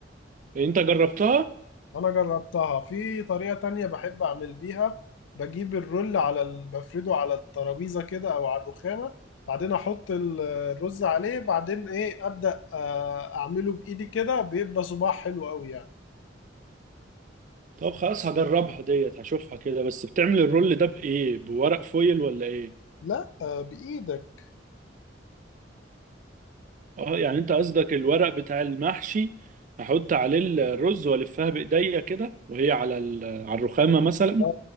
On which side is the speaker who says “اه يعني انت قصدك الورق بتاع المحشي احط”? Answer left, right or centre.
Right